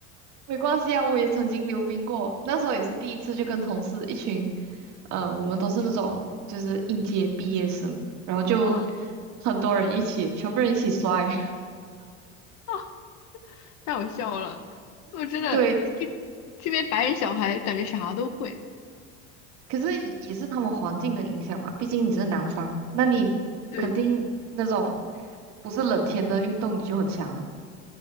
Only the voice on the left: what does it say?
<laughs> 嗯
啊，太好笑了，我真的这这边白人小孩感觉啥都会，
对，